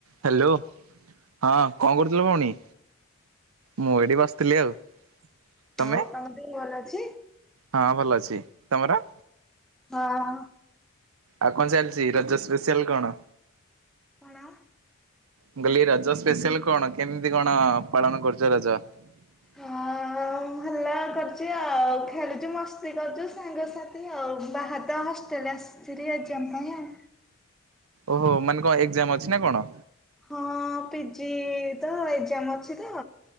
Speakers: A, on the right (about 80°); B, in the centre.
A: Hello ହଁ କଣ କରୁଥିଲ ଭଉଣୀ? ମୁଁ ଏଇଠି ବସିଥିଲି ଆଉ ତମେ?
B: ଆଉ ତମ ଦେହ ଭଲ ଅଛି?
A: ହଁ ଭଲ ଅଛି ତମର?
B: ହଁ।
A: ଆଉ କଣ ଚାଲିଛି ରଜ ସ୍ପେସିଆଲ କଣ?
B: କଣ?
A: ମୁ କହିଲି ରଜ ସ୍ପେସିଆଲ କଣ କେମିତି କଣ ପାଳନ କରୁଛ ରଜ? <inaudible>
B: ହଁ ହେଲା କରୁଛି ଆଉ ଖେଲୁଛି ମସ୍ତି କରୁଛୁ ସାଙ୍ଗସାଥି ଆଉ ବାହାରୁ ଆ ହଷ୍ଟେଲରେ ଆସି ଆସିଚି ହାରି ଏକ୍ସାମ ପାଇ ଆଉ।
A: ଓହୋ ମାନେ କଣ ଏକ୍ଜାମ ଅଛି ନା କଣ?
B: ହଁ ପିଜି ତ ଏକ୍ଜାମ ଅଛି ତ